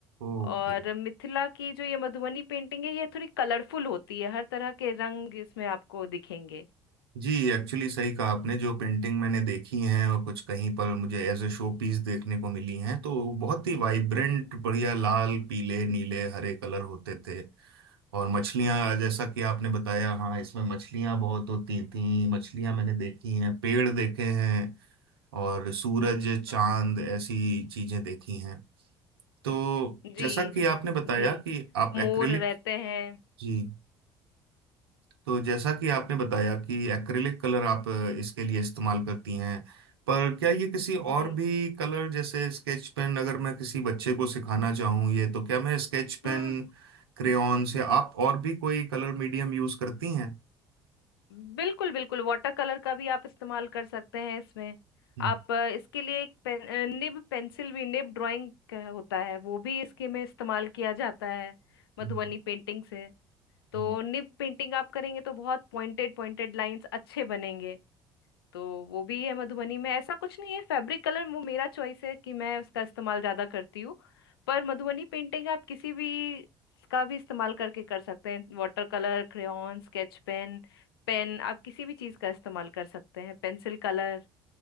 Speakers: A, on the right; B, on the left.
A: ओके
B: और मिथिला की जो ये मधुबनी पेंटिंग है ये थोड़ी कलरफुल होती है हर तरह के रंग इसमें आपको दिखेंगे
A: जी एक्चुअली सही कहा आपने जो पेंटिंग मैंने देखी हैं और कुछ कहीं पर मुझे एज ए शो पीस देखने को मिली हैं तो बहुत ही वाइब्रेंट बढ़िया लाल पीले नीले हरे कलर होते थे और मछलियां
B: हाँ
A: जैसा कि आपने बताया हाँ इसमें मछलियां बहुत होती थी मछलियां मैंने देखी हैं पेड़ देखे हैं और सूरज
B: हाँ हाँ
A: चांद ऐसी चीजें देखी हैं तो
B: जी
A: जैसा कि आपने बताया
B: जी
A: कि आप
B: मोर
A: एक्रिलिक
B: रहते हैं
A: जी तो जैसा कि आपने बताया कि एक्रिलिक कलर आप अ, इसके लिए इस्तेमाल करती हैं पर क्या ये किसी और
B: जी
A: भी कलर जैसे स्केच पेन अगर मैं किसी बच्चे को सिखाना चाहूँ ये तो क्या मैं स्केच पेन
B: हाँ
A: क्रेयॉन से आप और भी कोई कलर मीडियम यूज करती हैं
B: बिल्कुल बिल्कुल वाटर कलर का भी आप इस्तेमाल कर सकते हैं इसमें
A: हम्म
B: आप अ, इसके लिए एक पे, अ, निब पेंसिल भी निब ड्राइंग होता है वो भी इसके में इस्तेमाल किया जाता है मधुबनी
A: हम्म,
B: पेंटिंग से तो
A: हम्म।
B: निब पेंटिंग आप करेंगे तो बहुत पॉइंटेड पॉइंटेड लाइंस अच्छे बनेंगे तो वो भी है मधुबनी में ऐसा कुछ नहीं है फैब्रिक कलर वो मेरा चॉइस है कि मैं उसका इस्तेमाल ज्यादा करती हूँ पर मधुबनी पेंटिंग आप किसी भी का भी इस्तेमाल करके कर सकते हैं water colour crayon sketch pen Pen आप किसी भी चीज का इस्तेमाल कर सकते हैं pencil colour